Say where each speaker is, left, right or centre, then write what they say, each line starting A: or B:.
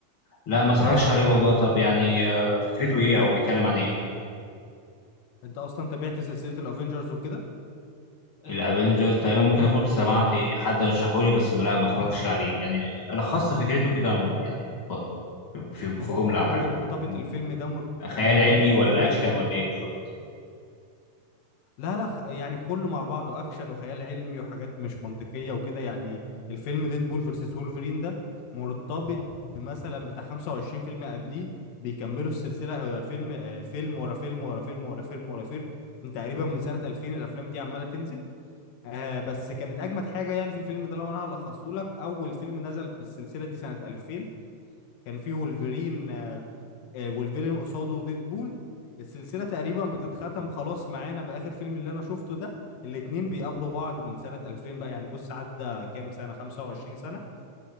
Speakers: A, on the left (about 50°); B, on the left (about 85°).
A: لا ما اتفرجش عليه والله طب يعني آه، فكرته ايه او بيتكلم عن ايه
B: أنت أصلا تابعت سلسلة الأفينجرز وكده؟
A: الافنجرز تقريبا ممكن اكون سمعت حد رشحولي بس ما لا ما اتفرجش عليه يعني لخصت لي فكرته كده يعني ب- في
B: ما
A: في
B: هو
A: جمله
B: هو
A: او حاجه
B: مرتبط
A: مم.
B: الفيلم ده مر-
A: خيال
B: مرتبط
A: علمي ولا
B: الفيلم
A: اكشن
B: ده
A: ولا ايه بالظبط
B: لا لا خ- يعني كله مع بعضه اكشن وخيال علمي وحاجات مش منطقيه وكده يعني الفيلم ديد بول فيرسس وولفرين ده مرتبط بمثلا بتاع 25 فيلم قبليه بيكملوا السلسله هو الفيلم آه، فيلم ورا فيلم ورا فيلم ورا فيلم ورا فيلم من تقريبا من سنه 2000 الافلام دي عماله تنزل آه بس كانت اجمد حاجه يعني في الفيلم ده لو انا هلخصه لك اول فيلم نزل بالسلسله دي سنه 2000 كان فيه وولفرين آه، والفيلن قصاده ديد بول السلسلة تقريبا بتتختم خلاص معانا بآخر فيلم اللي أنا شفته ده الاتنين بيقابلوا بعض من سنة 2000 بقى يعني بص عدى كام سنة 25 سنة